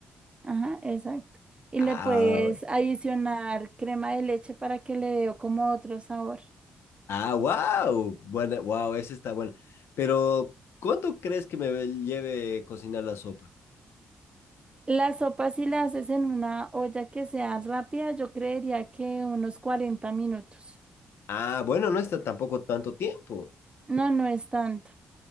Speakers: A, on the right; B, on the left.
A: Ajá, exacto. Y
B: Ah,
A: le puedes adicionar crema de leche para que le dé como otro sabor.
B: ah, wow. Bueno, wow, ese está bueno. Pero, ¿cuánto crees que me lleve cocinar la sopa?
A: La sopa, si la haces en una olla que sea rápida, yo creería que unos 40 minutos.
B: Ah, bueno, no está tampoco tanto tiempo.
A: No, no es tanto.